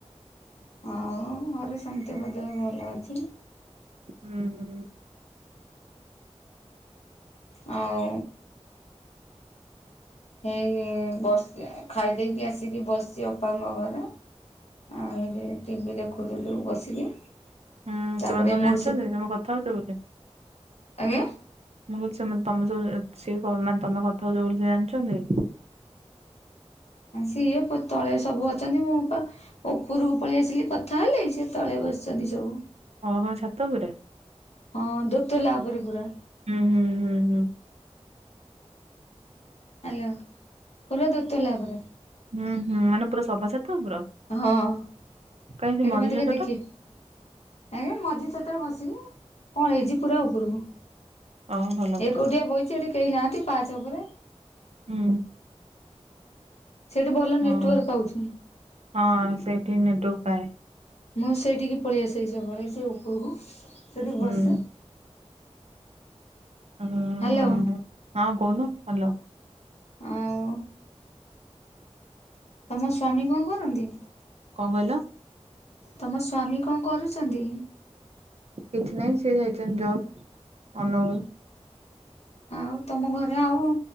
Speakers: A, on the left; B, on the right.
A: ଅ ଘରେ ସମସ୍ତ ଙ୍କ ଦେହ ଭଲ ଅଛି।
B: ଉଁ ହୁଁ।
A: ଆଉ ଏଇ ବସି ଖାଇ ଦେଇକି ଆସିକି ବସିଚି ଅପାଙ୍କ ଘରେ। ଆଉ ଏଠି ଟିଭିି ଦେଖୁଥିଲୁ ବସିକି।
B: ହୁଁ,
A: ତାପରେ
B: ସେମାନେ ସବୁ
A: ମୋର
B: ଜାଣିଛନ୍ତି
A: ସେ
B: ତମେ କଥା ହଉଛ ବୋଲି?
A: ଆଜ୍ଞା।
B: ମୁଁ କହିଲି ସେମାନେ ତମେ ଯଉ ସେ ମାନେ ତମେ କଥା ହଉଚ ବୋଲି ସେ ଜାଣିଚନ୍ତି?
A: ସିଏ ତଳେ ସବୁ ଅଛନ୍ତି। ମୁଁ ପା ଉପରୁକୁ ପଳେଇ ଆସିଲି କଥା ହେଲି। ସିଏ ତଳେ ବସିଛନ୍ତି ସବୁ।
B: ତମେ ତମ ଛାତ ଉପରେ?
A: ହଁ ଦୋତଲା ଉପରେ ପୁରା।
B: ଉଁ ହୁଁ ହୁଁ ହୁଁ।
A: ହ୍ୟାଲୋ। ପୁରା ଦୋତାଲା ଉପରେ।
B: ଉଁ ହୁଁ। ମାନେ ପୁରା ସବାଛାତ ଉପର?
A: ହଁ ସେଠି
B: କାଇଁ ସେ ମଝି
A: ମତେ
B: ଛାତ
A: କେହି ଦେଖି
B: ଟା
A: ଆଜ୍ଞା ମଝି ଛାତରେ ବସିନି ପଳେଇଛି ପୁରା ଉପରକୁ।
B: ଓ ଭଲ କଥା
A: ଏକୁଟିଆ ବଇଛି ଏଠି କେହି ନାହାନ୍ତି ପାହାଛ ଉପରେ।
B: ହୁଁ।
A: ସେଇଠି ଭଲ
B: ହଁ
A: ନେଟୱାର୍କ ପାଉଛି।
B: ହଁ ସେଇଠି ନେଟୱକ ପାଏ।
A: ମୁଁ ସେଇଠିକି ପଳେଇ ଆସେ ସବୁବେଳେ ସେ ଉପୁରୁକୁ ସେଇଠି
B: ହୁଁ।
A: ବସେ।
B: ହ
A: ହ୍ୟାଲୋ
B: ହଁ ଆଉ କଣ ହାଲୋ।
A: ଆଉ ତମ ସ୍ଵାମି କଣ କରନ୍ତି?
B: କଣ କହିଲ?
A: ତମ ସ୍ୱାମୀ କଣ କରୁଛନ୍ତି?
B: କିଛି ନାହିଁ ସେ ଯାଇଛନ୍ତି ତ ଅନୁଗୁଳ।
A: ଆଉ ତମ ଘରେ ଆଉ